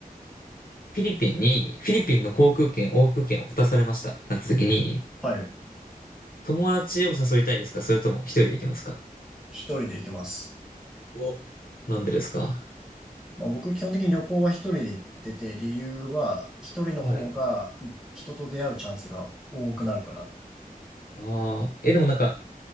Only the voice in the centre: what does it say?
はい。
一人で行きます。
まあ、僕、基本的に旅行は一人で行ってて、理由は、一人の方が人と出会うチャンスが多くなるから。